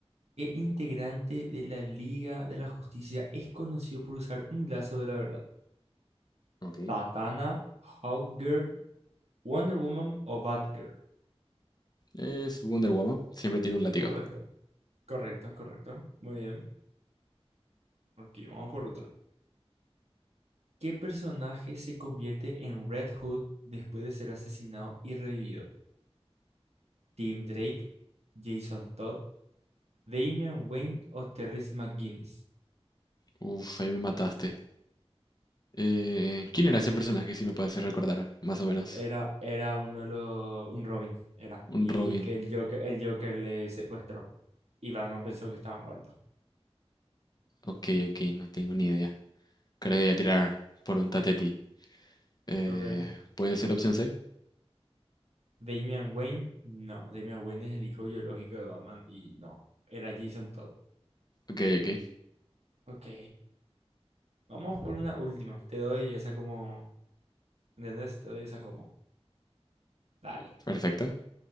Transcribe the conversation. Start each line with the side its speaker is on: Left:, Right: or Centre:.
Right: ¿Qué integrante de la Liga de la Justicia es conocido por usar un lazo de la verdad?
Left: Ok.
Right: ¿Satana, Hawkgirl, Wonder Woman o Batgirl?
Left: Es Wonder Woman, siempre tiene un látigo.
Right: Correcto, correcto, correcto. Muy bien. Aquí vamos por otra. ¿Qué personaje se convierte en Red Hood después de ser asesinado y revivido? ¿Tim Drake, Jason Todd, Damian Wayne o Terrence McGuinness?
Left: Uf, ahí me mataste. Eh, ¿quién era ese personaje, si me puedes hacer recordar, más o menos?
Right: Era, era uno de los, un Robin, era.
Left: Un
Right: Y
Left: Robin.
Right: que el Joker, el Joker le secuestró. Y Batman pensó que estaba muerto.
Left: Ok, ok, no tengo ni idea. Creo que voy a tirar por un Tateti. Eh,
Right: Ok.
Left: ¿puede ser opción C?
Right: Damian Wayne, no. Damian Wayne es el hijo biológico de Batman y no. Era Jason Todd.
Left: Ok, ok,
Right: Ok. Vamos por una última. Te doy esa como, ¿entendés? Te doy esa como. Dale.
Left: perfecto.